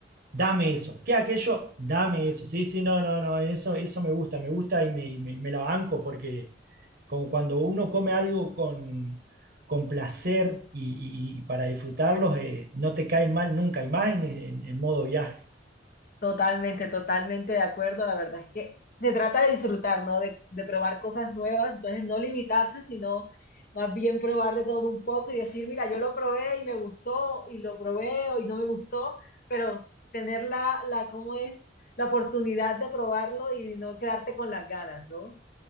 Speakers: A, on the right (about 55°); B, on the left (about 50°).
A: Dame eso. ¿Qué aquello? Dame eso. Sí, sí, no, no, no. Eso, eso me gusta, me gusta y me, y me- me la banco porque como cuando uno come algo con, con placer y, y- y para disfrutarlos, eh, no te cae mal nunca, y más en, en- en modo viaje.
B: Totalmente, totalmente de acuerdo. La verdad es que se trata de disfrutar, ¿no? De, de probar cosas nuevas, entonces no limitarse, sino más bien probar de todo un poco y decir, mira, yo lo probé y me gustó, y lo probé y no me gustó, pero tener la, la, ¿cómo es? La oportunidad de probarlo y no quedarte con las ganas, ¿no?